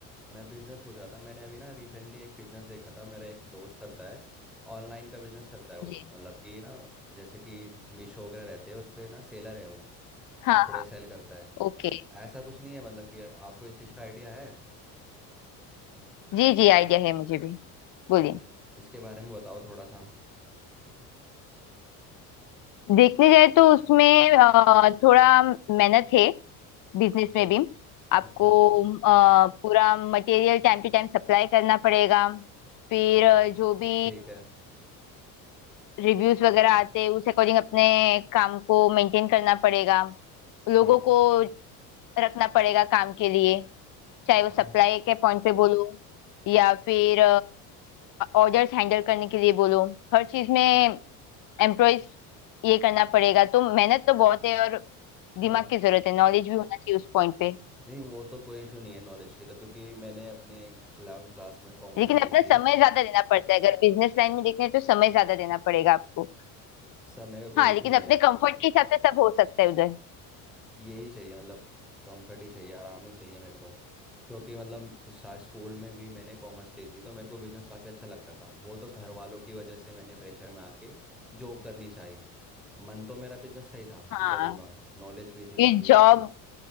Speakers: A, in the centre; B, on the left.
A: मैं बिजनेस पूछ रहा था मैंने अभी ना रिसेंटली एक बिजनेस देखा था मेरा एक दोस्त करता है ऑनलाइन का बिजनेस करता है वो
B: जी
A: मतलब कि ना जैसे कि मीशो वगैरह रहते हैं उस पे ना सेलर है वो
B: हाँ
A: कपड़े सेल करता है
B: ओके
A: ऐसा कुछ नहीं है मतलब कि आपको इस चीज़ का आइडिया है
B: जी जी आइडिया है मुझे भी बोलिए
A: तो मुझे इसके बारे में बताओ थोड़ा सा
B: देखने जाए तो उसमें अ, थोड़ा मेहनत है बिजनेस
A: अच्छा
B: में भी आपको
A: अच्छा
B: अ, पूरा material time to time supply करना पड़ेगा फिर
A: अच्छा
B: अ, जो भी
A: ठीक है
B: रिव्यूज वगैरह आते हैं उस अकॉर्डिंग अपने काम को मेंटेन करना पड़ेगा लोगों
A: ठीक है
B: को रखना पड़ेगा काम के लिए चाहे वो
A: हाँ
B: सप्लाई के पॉइंट पे बोलो या फिर ऑर्डर्स हैंडल करने के लिए बोलो हर चीज में एम्प्लॉयज ये करना पड़ेगा तो मेहनत तो बहुत है और दिमाग
A: हाँ
B: की जरूरत है नॉलेज भी होना चाहिए उस पॉइंट पे
A: नहीं वो तो कोई इशू नहीं है नॉलेज की तो क्योंकि मैंने अपने 11th क्लास में कॉमर्स
B: लेकिन
A: ही
B: अपना
A: ली थी
B: समय ज्यादा देना पड़ता है अगर बिजनेस लाइन में देखने तो समय ज्यादा देना पड़ेगा आपको
A: समय का कोई
B: हाँ
A: इशू
B: लेकिन
A: नहीं
B: अपने
A: है
B: कंफर्ट के हिसाब से सब हो सकता है उधर
A: यही चाहिए मतलब कंफर्ट ही चाहिए आराम ही चाहिए मेरे को क्योंकि मतलब शा- स्कूल में भी मैंने कॉमर्स ली थी तो मेरे को बिजनेस काफ़ी अच्छा लगता था वो तो घर वालों की वजह से मैंने प्रेशर में आके जॉब करनी चाहिए मन तो मेरा बिजनेस का ही था
B: हाँ
A: कि करूँगा नॉलेज भी थी काफ़ी
B: ये जॉब
A: अच्छी